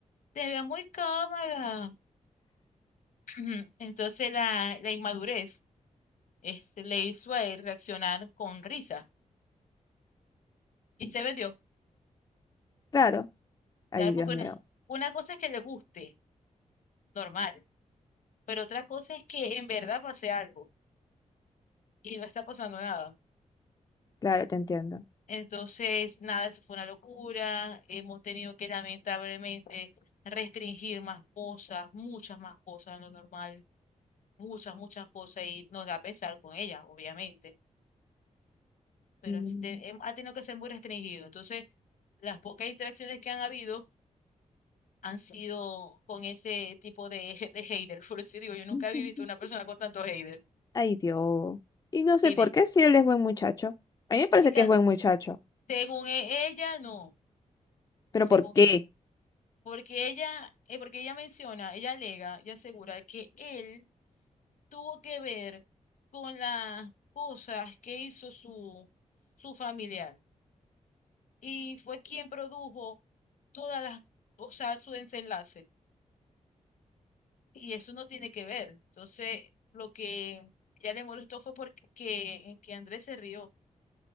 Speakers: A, on the left; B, on the left.
A: te veo muy cómoda. <clears throat> Entonces la, la inmadurez este, le hizo a él reaccionar con risa y se vendió,
B: Claro. Ay,
A: ¿sabes?
B: Dios
A: Porque
B: mío.
A: una, una cosa es que le guste, normal, pero otra cosa es que en verdad pase algo y no está pasando nada.
B: Claro, te entiendo.
A: Entonces, nada, eso fue una locura. Hemos tenido que lamentablemente restringir más cosas, muchas más cosas en lo normal, muchas, muchas cosas y nos da pesar con ella, obviamente, pero
B: Mm.
A: así te- hem- ha tenido que ser muy restringido. Entonces, las pocas interacciones que han habido han sido con ese tipo de, <laughs> de hater. Por eso digo, yo nunca
B: <laughs>
A: había visto una persona con tanto hater.
B: Ay, Dios. Y no sé
A: Que
B: por
A: de,
B: qué si él es buen muchacho. A mí me parece
A: chica,
B: que es buen muchacho.
A: según e- ella, no,
B: Pero
A: según
B: ¿por qué?
A: ella. Porque ella, eh, porque ella menciona, ella alega y asegura que él tuvo que ver con las cosas que hizo su, su familiar y fue quien produjo todas las, o sea, su desenlace. Y eso no tiene que ver. Entonces, lo que ya le molestó fue porque que Andrés se rió.